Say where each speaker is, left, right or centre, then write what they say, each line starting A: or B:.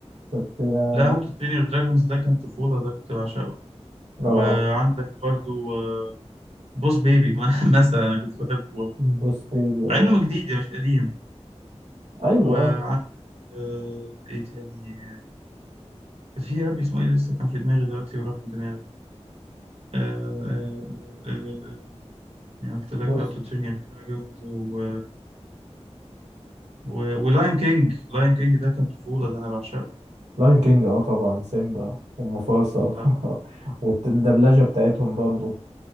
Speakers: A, on the right; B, on the right.
A: كنت ب-
B: لا هاو تو ترين يور دراجونز ده كان طفوله ده كنت بعشقه
A: اه
B: وعندك برضو آه، بوس بيبي <laughs> مثلا انا كنت بحبه
A: بوس بيبي اه
B: مع انه جديد يعني مش قديم
A: ايوه
B: وعندك آه ايه تاني كان في يا ربي اسمه ايه لسه كان في دماغي دلوقتي وراح من دماغي آه آه آه آه آه، يعني قلت لك
A: بوس
B: هاو تو ترين يور دراجونز و و- ولاين كينج لاين كينج ده كان طفولة ده انا بعشقه
A: لاين كينج اه طبعا سيمبا ومفاسا
B: آه، ده
A: <laughs> والدبلجة بتاعتهم برضو